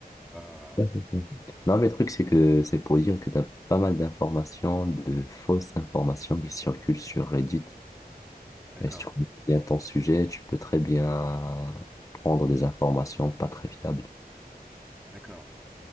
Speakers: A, in the centre; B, on the left.
A: Ah,
B: Ouais, c'est ça. Non, mais le truc, c'est que c'est pour dire que tu as pas mal d'informations, de fausses informations qui circulent sur Reddit.
A: d'accord,
B: Et si tu connais bien ton sujet, tu peux très bien prendre des informations pas très fiables,
A: d'accord.